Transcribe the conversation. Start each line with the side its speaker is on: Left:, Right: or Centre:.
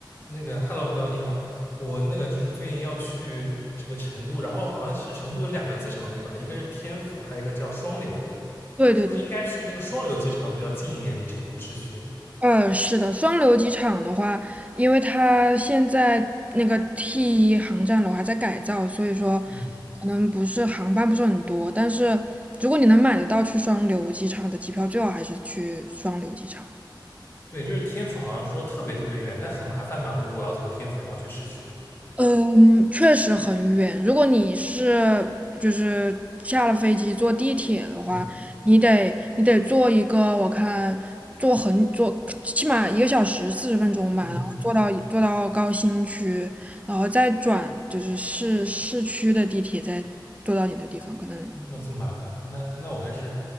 Left: 那个，hello hello，你好，我那个就是最近要去这个成都，然后好像是成都有两个机场对吧？一个是天府，还有一个叫双流，
Right: 对对对，
Left: 是不是应该去那个双流机场比较近一点，离成都市区？
Right: 呃，是的，双流机场的话，因为它现在那个 T 一航站楼还在改造，所以说
Left: 嗯，
Right: 可能不是航班不是很多，但是如果你能买得到去双流机场的机票，最好还是去双流机场。
Left: 对，就是天府好像说特别特别远，但很麻烦嘛，如果要从天府然后去市区。
Right: 嗯，确实很远。如果你是就是下了飞机坐地铁的话，
Left: 嗯
Right: 你得你得坐一个，我看坐很坐起码一个小时四十分钟吧，
Left: 嗯嗯
Right: 然后坐到坐到高新区，然后再转就是市市区的地铁，再坐到你的地方。可能，
Left: 嗯，那这么麻烦啊，那那我还是